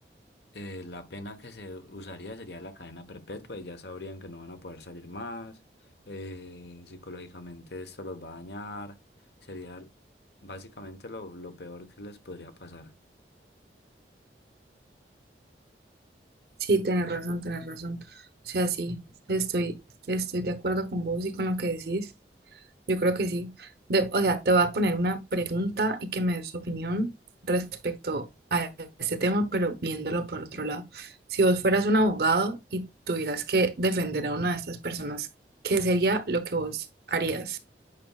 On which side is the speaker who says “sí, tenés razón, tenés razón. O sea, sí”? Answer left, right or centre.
Right